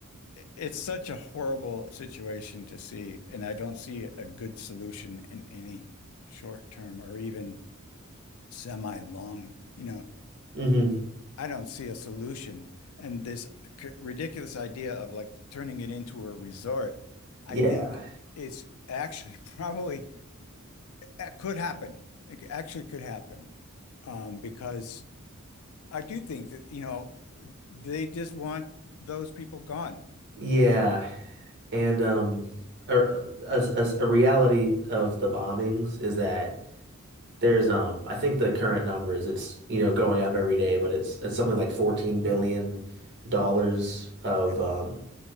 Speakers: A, on the left; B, on the right.
A: It's such a horrible situation to see, and I don't see a good solution in any short term or even semi long. You know,
B: hmm
A: I don't see a solution, and this c- ridiculous idea of like turning it into a resort, I
B: Yeah.
A: think it's actually <laughs> probably It could happen. It actually could happen. Um, because I do think that, you know, they just want those people gone.
B: Yeah. And um a, a, a a reality of the bombings is that there's um I think the current number is it's you know going up every day, but it's it's something like 14 billion dollars of
A: Yeah.
B: um